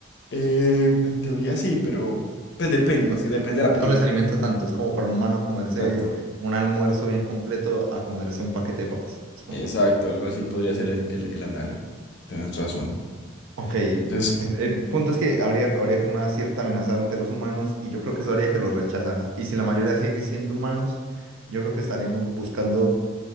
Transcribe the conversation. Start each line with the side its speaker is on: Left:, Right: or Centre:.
Left: Eh, en teoría sí, pero Pues depende,
Right: No,
Left: sí, depende de la
Right: no
Left: película.
Right: les alimenta tanto. Es como para un humano comerse
Left: Exacto.
Right: un almuerzo bien completo a comerse un paquete de papas. supongo.
Left: Exacto, algo así podría ser el, el, el análogo. Tienes razón.
Right: Ok. El,
Left: Entonces,
Right: el punto es que habría, habría como una cierta amenaza ante los humanos y yo creo que eso haría que los rechazara. Y si la mayoría sigue siendo humanos, yo creo que estaremos buscando,